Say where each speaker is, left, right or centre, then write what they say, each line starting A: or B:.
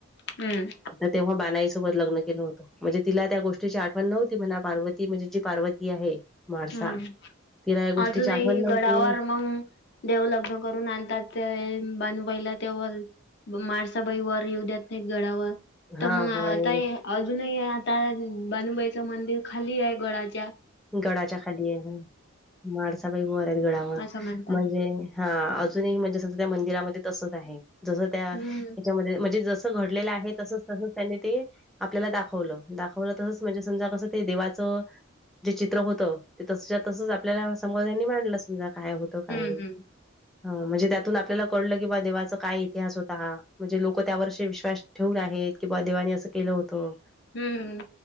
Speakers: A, on the left; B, in the centre.
A: हम्म
B: तेव्हा हम बानाईसोबत लग्न केलं होतं. म्हणजे तिला त्या गोष्टीची आठवण नव्हती म्हणा पार्ती म्हणजे जी पार्वती आहे. म्हाळसा
A: हम्म
B: तिला या गोष्टीची
A: अजूनही
B: आठवण नव्हती
A: गडावर मग देव लग्न करून आणतात ते वेळी बानबाईला तेव माळसाबाई वर येऊ द्यात नाही गडावर तर
B: हां,
A: मग आता
B: हां.
A: अजूनही आता बानुबाईचं मंदिर खाली आहे गडच्या
B: गडाच्या खाली आहे मारसाबाई बर आहेत गडावर
A: असं म्हणतात
B: म्हणजे हा अजूनही म्हणजे तसं त्या मंदिरामध्ये तसच आहे जस त्या
A: हम्म
B: म्हणजे म्हणजे जस घडलेल आहे तसच त्यांनी ते आपल्याला दाखवलं दाखवलं तसंच म्हणजे समजा कसं ते देवाचं जे चित्र होत ते तस तसच आपल्याला समाजांनी मांडलं समजा काय होतं
A: हम्म
B: काही नाही
A: हम्म
B: ह म्हणजे त्यातून आपल्याला कळलं की बा देवाचा काय इतिहास होता हा म्हणजे लोक त्यावरर्ष विश्वास ठेऊर आहेत किंवा देवानी असं केलं होतं
A: हम्मम्